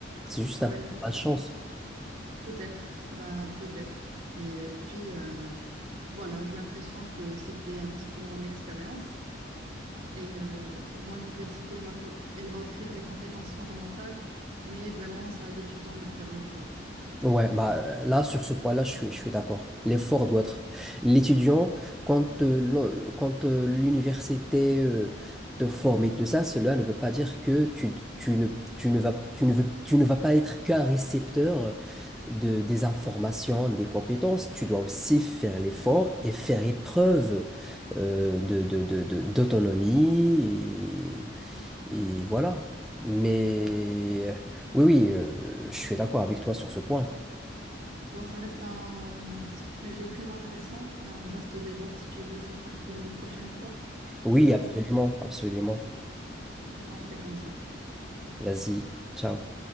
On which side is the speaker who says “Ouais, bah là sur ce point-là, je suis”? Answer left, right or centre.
Centre